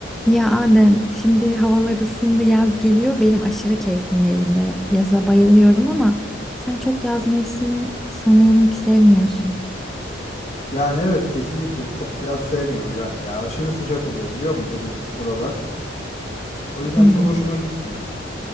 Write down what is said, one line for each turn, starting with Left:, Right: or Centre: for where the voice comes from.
Centre: Ya Adem, şimdi havalar ısındı, yaz geliyor. Benim aşırı keyfim yerinde. Yaza bayılıyorum ama sen çok yaz mevsimi sanıyorum ki sevmiyorsun.
Left: Yani evet kesinlikle çok yaz sevmiyorum İrem ya. Aşırı sıcak oluyor biliyor musun benim buralar. O yüzden
Centre: Hmm,
Left: çok hoşuma gitmiyor.